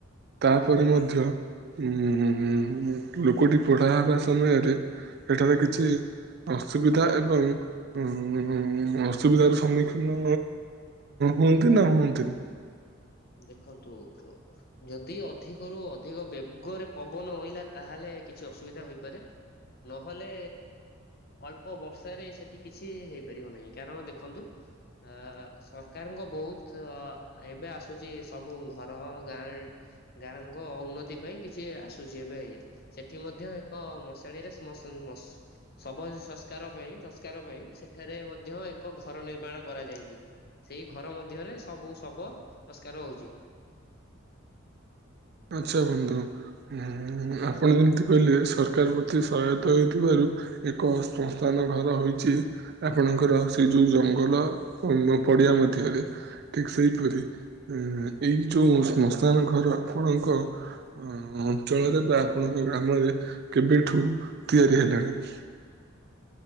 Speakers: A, on the right; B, on the left.
A: ତାପରେ
B: ଆଜ୍ଞା
A: ମଧ୍ୟ ହଁଁ ହଁ। ଲୋକଟି ପଢା ହେବା ସମୟରେ ସେଠାରେ କିଛି ଅସୁବିଧା ଏବଂ ଉ ଅସୁବିଧାର ସମ୍ମୁଖୀନ ହୁଅନ୍ତି ନା ହୁଅନ୍ତିନି।
B: ଦେଖନ୍ତୁ ଯଦି ଅଧିକରୁୁ ଅଧିକ ବେଗରେ ପବନ ଓଇଲା ତାହେଲେ କିଛି କିଛି ଅସୁବିଧା ହୋଇପାରେ। ନହେଲେ ଅଳ୍ପ ବର୍ଷାରେ ସେଠି କିଛି ହେଇପାରିବ ନାହିଁ କାରଣ ଦେଖନ୍ତୁ ଅ ସରକାରଙ୍କ ବହୁତ ଅ ଏବେ ଆସ ଆସୁଛି ସବୁ ଘର ଗାଁ ଗାଁଙ୍କ ଉନ୍ନତି ପାଇଁ କିଛି ଆସୁଛି ଏବେ ଇଏ। ସେଠି ମଧ୍ୟ ଏକ ମଶାଣିରେ ଶମସ୍ ସ ଶବ ସଂସ୍କାର ପାଇଁ ସଂସ୍କାର ପାଇଁ ସେଠ ଏଠାରେ ମଧ୍ୟ ଏକ ଘର ନିର୍ମାଣ କରାଯାଇଛି। ସେଇ ଘର ମଧ୍ୟରେ ସବୁ ସବ ସଂସ୍କାର ହଉଛି। <inaudible>
A: ଆଚ୍ଛା ବନ୍ଧୁ, ହୁ ଆପଣ ଯେମତି କହିଲେ ସରକାର ପ୍ରତି ସହାୟତା ହେଉଥିବାରୁ ଏକ ଶ୍ମଶାନ ଘର ହେଇଛି ଆପଣଙ୍କର ସେ ଯୋଉ ଜଙ୍ଗଲ ପଡ଼ିଆ ମଧ୍ୟରେ! ଠିକ୍ ସେହିପରି ଏଇ ଯୋଉ ସମଶାନ ଘର ଆପଣଙ୍କ ଅ ଅଞ୍ଚଳରେ ବା ଆପଣଙ୍କ ଗ୍ରାମରେ କେବେଠୁ ତିଆରି ହେଲାଣି। ହୁଁ <inaudible>